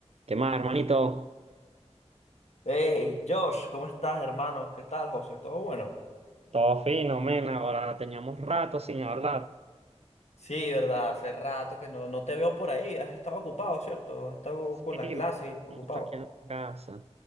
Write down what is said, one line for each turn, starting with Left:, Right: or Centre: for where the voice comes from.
Right: ¿Qué más, hermanito?
Left: Hey, Josh, ¿cómo estás, hermano? ¿Qué tal, José? ¿Todo bueno?
Right: Todo fino, men. Ahora teníamos rato sin hablar.
Left: Sí, verdad, hace rato que no, no te veo por ahí. Has estado ocupado, ¿cierto? Has estado con
Right: Y
Left: las clases
Right: me pasa
Left: y ocupado.
Right: mucho aquí en la casa.